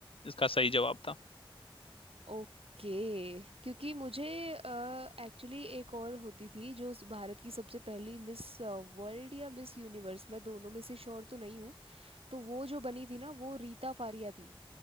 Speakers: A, on the left; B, on the right.
A: इसका सही जवाब था
B: ओके क्योंकि मुझे एक्चुअली एक और होती थी जो उस भारत की सबसे पहली मिस वर्ल्ड या मिस यूनिवर्स मैं दोनों में से श्योर तो नहीं हूँ तो वो जो बनी थी ना वो रीता फारिया थी